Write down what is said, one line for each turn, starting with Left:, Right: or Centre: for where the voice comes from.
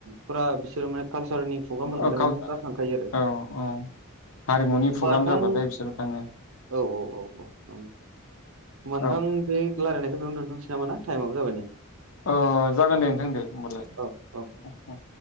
Right: फुरास सोर मानेत कालसारनि प्रग्राम होनबाथाय
Left: औ
Right: माने फरा थांखायो आरो
Left: औ औ हारिमुनि
Right: ओमबा
Left: प्रग्राम
Right: नोंथां
Left: जाबाथाय बिसोरो थाङो
Right: औ औ औ औ। होमबा नोंथां
Left: औ
Right: बे रायलायखौ बेयाव दोनथ'नोसै नामा ना टायेमबो जाबाय नै
Left: अ जागोन दे नोंथां दे ओमबालाय
Right: औ औ
Left: उम उम